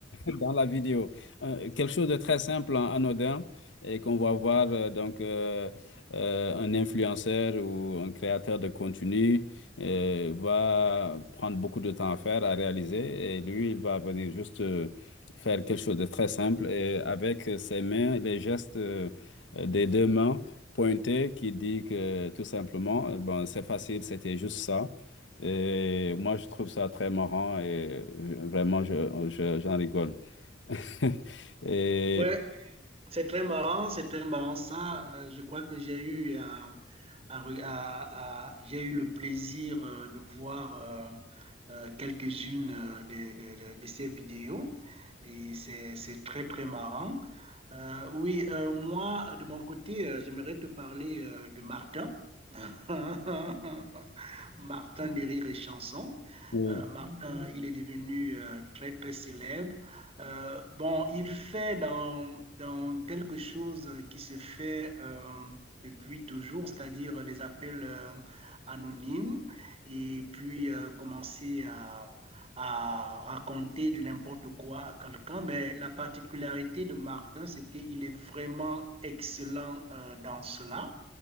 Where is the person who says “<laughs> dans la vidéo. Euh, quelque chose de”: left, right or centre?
Left